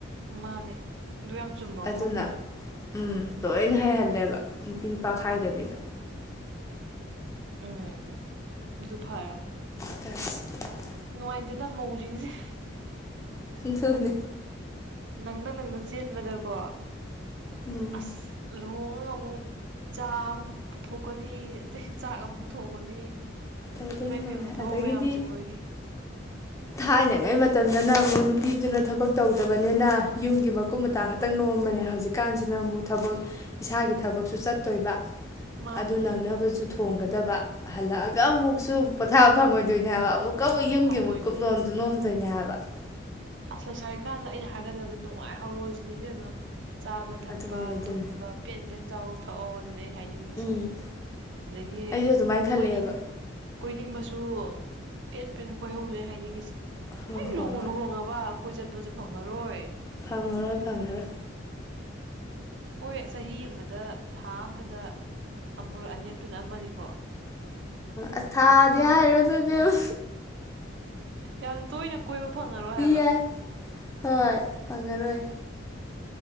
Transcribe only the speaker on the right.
ꯃꯥꯅꯦ ꯑꯗꯨ ꯌꯥꯝ ꯆꯨꯝꯕ
ꯋꯥꯐꯝꯅꯤꯕꯦꯝ
ꯎꯝ ꯐꯔ
ꯅꯨꯡꯉꯥꯏꯇꯦꯗ ꯃꯧꯁꯤꯡꯁꯦ
ꯅꯪꯅ ꯅꯪꯅ ꯆꯦꯟꯕꯗꯀꯣ
ꯑꯁ ꯂ ꯊꯣꯡꯉꯒ ꯑꯃꯨꯛ ꯆꯥ ꯑꯃꯨꯛ ꯄꯨꯊꯣꯛꯀꯅꯤ ꯑꯗꯒꯤ ꯆꯥꯛ ꯑꯃꯨꯛ ꯊꯣꯡꯒꯅꯤ
ꯏꯃꯥꯏ
ꯄꯦꯝꯃ ꯊꯕꯛ
ꯃꯌꯥꯝꯁꯦ ꯃꯣꯏꯒꯤ
ꯃꯥꯅꯦ
ꯃꯥꯅꯦ
ꯐꯪꯉꯣꯏꯗꯣꯏꯅꯦ
ꯑꯁ ꯂꯩꯁꯥꯔꯤꯀꯥꯟꯗ ꯑꯩꯅ ꯍꯥꯏꯒꯗꯕꯅꯤ ꯅꯨꯡꯉꯥꯏꯍꯧꯔꯣꯖꯤꯅꯦꯕꯦꯝ ꯑꯃ ꯆꯥꯕ ꯊꯛꯄ
ꯇꯨꯝꯕ ꯄꯦꯟ ꯄꯦꯟ ꯆꯥꯎ ꯊꯛꯑꯣ ꯁꯤꯅ ꯑꯩ ꯍꯥꯏꯅꯤꯡꯉꯁꯤ
ꯑꯗꯒꯤ
ꯀꯣꯏꯅꯤꯡ ꯀꯣꯏꯅꯤꯡ ꯃꯨ ꯄꯦꯟ ꯄꯦꯟ ꯀꯣꯏꯍꯧꯗ ꯍꯥꯏꯅꯤꯡꯉꯤꯁꯦ
ꯍ
ꯂꯨꯉꯨ
ꯂꯨꯍꯣꯡꯉꯕ ꯀꯣꯏ ꯆꯠꯄꯁꯨ ꯐꯪꯉꯔꯣꯏ
ꯍꯣꯏ ꯆꯍꯤ ꯑꯃꯗ ꯊꯥ ꯑꯃꯗ ꯑꯃꯨꯔꯣ ꯑꯅꯦꯛꯇꯨꯅ ꯑꯃꯅꯤꯀꯣ
ꯌꯥꯝ ꯇꯣꯏꯅ
ꯌꯥꯝ ꯇꯣꯏꯅ ꯀꯣꯏꯕ ꯐꯪꯉꯔꯣꯏ ꯍꯥꯏꯕ
ꯎꯝ